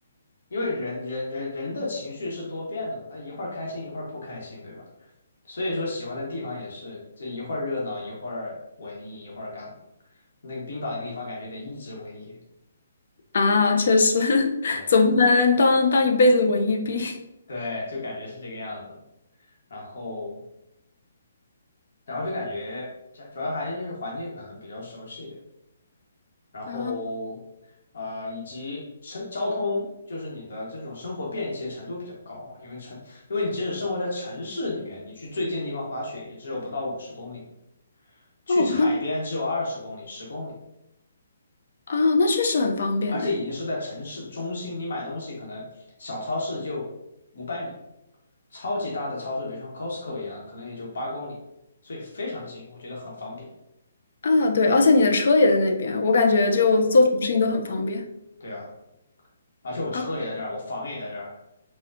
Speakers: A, on the left; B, on the left.
A: 因为人人人人的情绪是多变的嘛，他一会儿开心一会儿不开心，对吧？所以说喜欢的地方也是，这一会儿热闹，一会儿文艺，一会儿干嘛？那个冰岛那个地方感觉得一直文艺，
B: 啊，确实，<laughs>
A: 对，
B: 总不能当当一辈子的文艺兵
A: 对，就感觉是这个样子。然后，然后就感觉主主要还是就是环境可能比较熟悉一点，然后呃以及城交通，
B: 啊。
A: 就是你的这种生活便捷程度比较高嘛，因为城，因为你即使生活在城市里面，你去最近的地方滑雪也只有不到五十公里，去海边只有二十公里、
B: 哦，那
A: 十公里。
B: 啊，那确实很方便呢。
A: 而且已经是在城市中心，你买东西可能小超市就五百米，超级大的超市，比如像 Costco 一样，可能也就八公里，所以非常近，我觉得很方便。
B: 啊，对，而且你的车也在那边，我感觉就做什么事情都很方便
A: 对对啊，而且我车也在这儿，
B: 啊
A: 我房也在这儿。